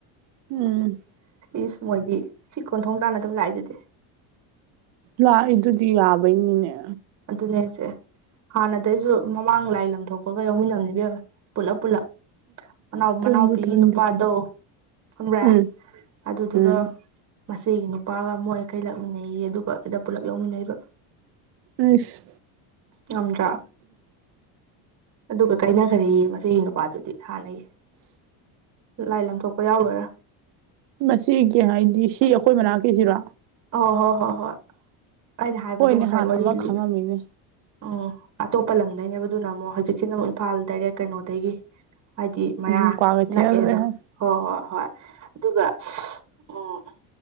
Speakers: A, on the right; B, on the right.
A: ꯎꯝ꯫
B: ꯏꯁ ꯃꯣꯏꯗꯤ ꯁꯤ ꯀꯣꯟꯊꯣꯡ ꯇꯥꯟꯅ ꯑꯗꯨꯝ ꯂꯥꯛꯏꯗꯨꯗꯤ꯫
A: ꯂꯥꯛꯏꯗꯨꯗꯤ ꯌꯥꯕꯩꯅꯤꯅꯦ꯫
B: ꯑꯗꯨꯅꯦꯁꯦ ꯍꯥꯟꯅꯗꯩꯁꯨ ꯃꯃꯥꯡ ꯂꯥꯏ ꯂ ꯂꯝꯊꯣꯛꯄꯒ ꯌꯥꯎꯃꯤꯟꯅꯕꯅꯤ ꯢꯕꯦꯝꯃ ꯄꯨꯂꯞ ꯄꯨꯜꯂꯞ꯫ ꯃꯅꯥꯎ
A: ꯇꯟꯕꯨ
B: ꯃꯅꯥꯎꯄꯤꯒꯤ
A: ꯇꯟꯗꯦ
B: ꯅꯨꯄꯥꯗꯣ ꯈꯣꯟꯕ꯭ꯔ
A: ꯎꯝ
B: ꯑꯗꯨꯗꯨꯒ
A: ꯎꯝ
B: ꯃꯆꯦꯒꯤ ꯅꯨꯄꯥꯒ ꯃꯣꯏꯈꯩ ꯂꯥꯛꯃꯤꯟꯅꯩꯌꯦ ꯑꯗꯨꯒ ꯑꯗ ꯄꯨꯜꯂꯞ ꯌꯥꯎꯃꯤꯟꯅꯔꯤꯕ꯫
A: ꯑꯩꯁ꯫
B: ꯉꯝꯗ꯭ꯔꯥ ꯑꯗꯨꯒ ꯀꯥꯏꯅꯈ꯭ꯔꯦ ꯃꯁꯤꯒꯤ ꯅꯨꯄꯥꯗꯨꯗꯤ ꯍꯥꯟꯅꯒꯤ꯫ ꯂꯥꯏ ꯂꯪꯊꯣꯛꯄ ꯌꯥꯎ ꯂꯣꯏꯔꯒ꯫
A: ꯃꯁꯤꯒꯤ ꯍꯥꯏꯗꯤ ꯁꯤ ꯑꯩꯈꯣꯏ ꯃꯅꯥꯛꯁꯤꯒꯤꯔꯣ꯫
B: ꯑꯣ ꯍꯣꯏ ꯍꯣꯏ ꯍꯣꯏ ꯑꯩꯅ ꯍꯥꯏꯕꯗꯣ
A: ꯍꯣꯏꯅꯦ
B: ꯉꯁꯥꯏ
A: ꯍꯥꯟꯅ
B: ꯋꯥꯔꯤ
A: ꯑꯃ ꯈꯪꯉꯝꯃꯤꯅꯦ
B: ꯂꯤ ꯎꯝ ꯑꯇꯣꯞꯄ ꯂꯝꯗꯅꯦꯕꯗꯨꯅ ꯑꯃꯨꯛ ꯍꯧꯖꯤꯛꯁꯤꯅ ꯑꯃꯨꯛ ꯏꯝꯐꯥꯜ ꯗꯥꯏꯔꯦꯛ ꯀꯩꯅꯣꯗꯒꯤ ꯍꯥꯏꯗꯤ ꯃꯌꯥ
A: ꯎꯝ ꯀ꯭ꯋꯥ ꯀꯩꯊꯦꯜ
B: ꯅꯛꯑꯦꯗꯣ꯫
A: ꯂꯩꯍꯟ
B: ꯍꯣꯏ ꯍꯣꯏ ꯍꯣꯏ ꯑꯗꯨꯒ ꯎꯝ